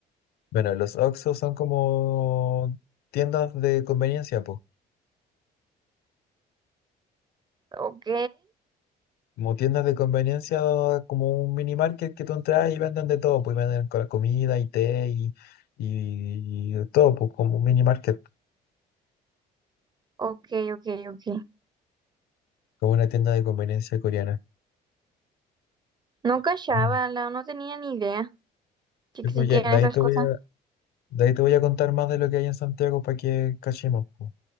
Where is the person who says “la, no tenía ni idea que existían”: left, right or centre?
Right